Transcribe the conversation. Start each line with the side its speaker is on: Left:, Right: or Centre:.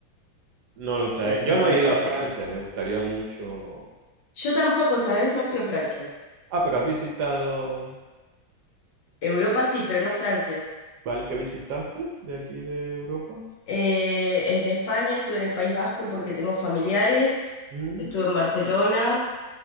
Right: No lo sé.
Left: lo-
Right: Yo
Left: los
Right: no
Left: franceses.
Right: he ido a Francia, me gustaría mucho.
Left: Yo tampoco, ¿sabes? No fui a Francia.
Right: Ah, pero has visitado,
Left: Europa sí, pero no Francia.
Right: ¿vale? ¿Qué visitaste de aquí de Europa?
Left: Eh, en España estuve en el País Vasco porque tengo familiares.
Right: Mm.
Left: Estuve en Barcelona,